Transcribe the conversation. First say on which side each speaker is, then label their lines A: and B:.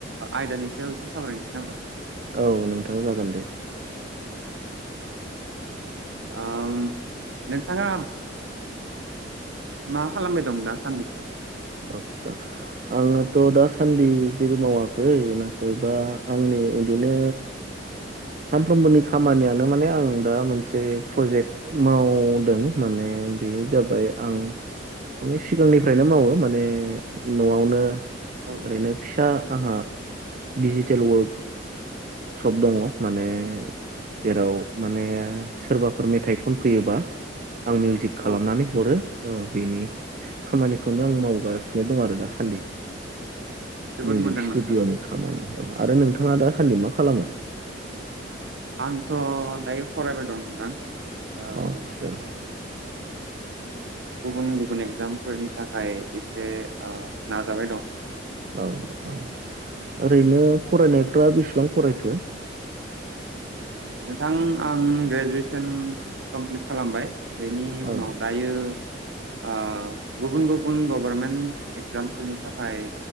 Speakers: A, on the right (about 75°); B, on the right (about 50°).
A: आयदानि सायाव एसे सावरायनोसै नामा
B: औ नोंथाङा जागोन दे
A: औ नोंथाङा मा खालामबाय दं दासान्नैसो
B: आतसा आङोथ दासान्दि जेबो मावाखै नाथायबा आंनि बिदिनो सानफ्रोमबोनि खामानियानो माने आं दा मोनसे प्रजेक्ट मावदों माने बे जाबाय आं माने सिगांनिफ्रायनो मावो माने नआवनो
A: औ
B: ओरैनो फिसा आंहा दिजिटेल वर्क शप दङ माने जेराव माने सोरबाफोर मेथाइ खनफैयोबा आं मिउजिक खालामनानै
A: औ
B: हरो बेनि खामानिखौनो आं मावगासिनो दं आरो दासान्दि
A: जोबोद
B: मिउजिक
A: मोजां
B: स्टुडिअ'नि
A: नोंथां
B: खामानि औ आरो नोंथाङा दा सान्दि मा खालामो
A: आंथ दायो फरायबाय दं नोंथां ओ
B: आतसा
A: गुबुन गुबुन एगजामफोरनि थाखाय एसे ओ नाजाबाय दं
B: औ औ ओरैनो फरायनायफ्रा बेसेबां फरायखो
A: नोंथां आं ग्रेजुवेसन कमप्लिट खालामबाय बेनि उनाव
B: औ
A: दायो ओ गुबुन गुबुन गभारमेन्ट एगजामफोरनि थाखाय